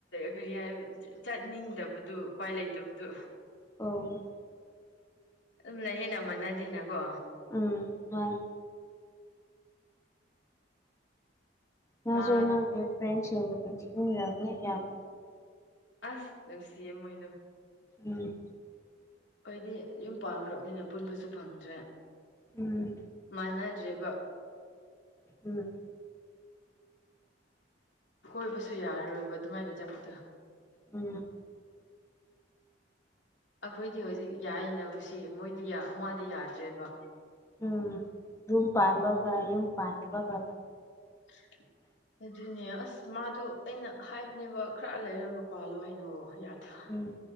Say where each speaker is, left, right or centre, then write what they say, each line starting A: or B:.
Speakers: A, on the left (about 85°); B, on the left (about 15°).
A: ꯀꯔꯤ ꯍꯥꯏ ꯆꯠꯅꯤꯡꯗꯕꯗꯨ ꯎꯄꯥꯏ ꯂꯩꯇꯕꯗꯨ
B: ꯑꯣꯡ
A: ꯑꯗꯨꯝ ꯂꯩꯌꯦꯅꯥ ꯃꯥꯟꯅꯗꯦꯅꯀꯣ
B: ꯎꯝ ꯃꯥꯅꯤ ꯅꯪꯁꯨ
A: ꯃꯥ
B: ꯅꯪꯒꯤ ꯐ꯭ꯔꯦꯟꯁꯤꯡꯕꯨ ꯅꯤꯡꯁꯤꯡꯔꯝꯅꯤ ꯌꯥꯝ
A: ꯑꯁ ꯅꯨꯡꯁꯤꯌꯦ ꯃꯣꯏꯅꯣ
B: ꯎꯝ
A: ꯑꯣꯏꯗꯤ ꯌꯨꯝꯄꯥꯟ ꯭ꯔꯕꯅꯤꯅ ꯄꯨꯟꯕꯁꯨ ꯐꯪꯗ꯭ꯔꯦ
B: ꯎꯝ
A: ꯃꯥꯟꯅꯗ꯭ꯔꯦꯔꯤꯕ
B: ꯎꯝ
A: ꯀꯣꯏꯕꯁꯨ ꯌꯥꯔꯔꯣꯏꯕ ꯑꯗꯨꯃꯥꯏꯅ ꯆꯠꯄꯗꯣ
B: ꯎꯝ
A: ꯑꯩꯈꯣꯏꯗꯤ ꯍꯧꯖꯤꯛ ꯌꯥꯏꯅ ꯀꯁꯤ ꯃꯣꯏꯗꯤ ꯃꯥꯗꯤ ꯌꯥꯗ꯭ꯔꯦꯕ
B: ꯎꯝ ꯌꯨꯝ ꯄꯥꯝꯕꯒ ꯌꯨꯝ ꯄꯥꯖꯕ ꯀꯣ
A: ꯎ ꯑꯗꯨꯅꯦ ꯑꯁ ꯃꯥꯗꯣ ꯑꯩꯅ ꯍꯥꯏꯕꯅꯦꯕ ꯈꯔ ꯂꯩꯔꯒ ꯄꯥꯜꯂꯣ ꯍꯥꯏꯅ ꯌꯥꯗ꯭ꯔ
B: ꯎꯝ